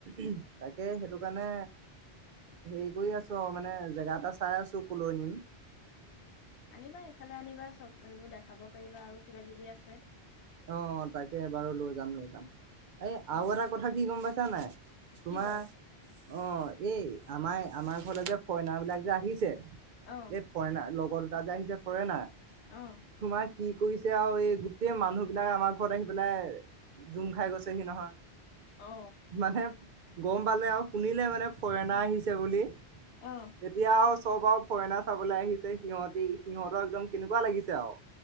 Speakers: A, on the right; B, on the left.
A: উম তাকে সেইটো কাৰণে হেৰি কৰি আছোঁ আৰু মানে জেগা এটা চাই আছোঁ ক'লৈ নিম
B: আনিবা এইফালে আনিবা চব এইবোৰ দেখাব পাৰিবা আৰু কিবা কিবি আছে <unintelligible>
A: অঁ তাকে এবাৰো লৈ যাম লৈ যাম এই
B: উম,
A: আৰু এটা কথা কি গম পাইছা নাই তোমাৰ
B: কি বাৰু
A: অঁ এই আমাৰ আমাৰ যে ফৰেইনাৰবিলাক যে আহিছে এই
B: অ
A: ফৰেনাৰ লগ অ দুটা যে আহিছে ফৰেনাৰ
B: অঁ
A: তোমাৰ কি কৰিছে আৰু এই গোটেই মানুহ এইবিলাক আমাৰ ঘৰত আহি পেলাই জোম খাই গৈছেহি নহয়
B: অ
A: মানে গম পালে আৰু শুনিলে মানে ফৰেনাৰ আহিছে বুলি
B: অ
A: এতিয়া আৰু চব আৰু ফৰেনাৰ চাবলৈ আহিছে সিহঁতি সিহতৰ একদম কেনেকুৱা লাগিছে আৰু